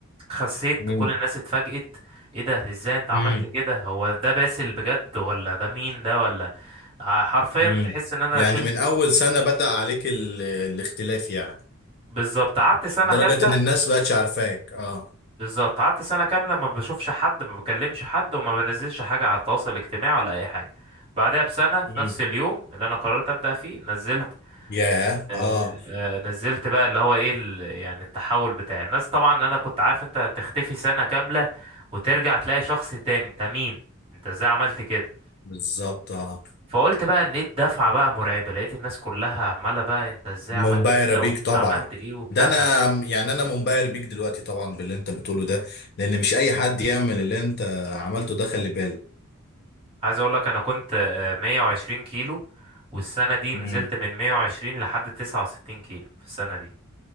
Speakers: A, on the right; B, on the left.
A: خسيت
B: مم.
A: كل الناس اتفاجئت ايه ده ازاي انت عملت
B: مم.
A: كده هو ده باسل بجد ولا ده مين ده ولا ع- حرفيا
B: مم.
A: تحس ان انا
B: يعني
A: شلت
B: من اول سنة بدأ عليك ال- الاختلاف يعني
A: بالظبط قعدت سنه
B: لدرجة
A: كامله
B: ان الناس بقتش عارفاك اه
A: بالظبط قعدت سنه كامله ما بشوفش حد ما بكلمش حد وما بنزلش حاجه على التواصل الاجتماعي ولا اي حاجه بعدها بسنه في
B: مم.
A: نفس اليوم اللي انا قررت ابدا فيه نزلت
B: ياه
A: آه،
B: اه
A: آه، نزلت بقى اللي هو ايه ال- يعني التحول بتاعي الناس طبعا انا كنت عارف انت تختفي سنه كامله وترجع تلاقي شخص تاني انت مين انت ازاي عملت كده
B: بالظبط اه
A: فقلت بقى ان ايه الدفعه بقى مرعبه لقيت الناس كلها عماله بقى انت ازاي
B: منبهرة
A: عملت كده
B: بيك
A: وانت
B: طبعا
A: عملت ايه وبتاع
B: ده انا
A: فعايز
B: يعني انا منبهر بيك دلوقتي طبعا باللي انت بتقوله ده لان مش اي حد يعمل اللي انت عملته ده خلي بالك
A: اقول لك انا كنت آه، 120 كيلو والسنه دي
B: مم.
A: نزلت من 120 لحد 69 كيلو في السنه دي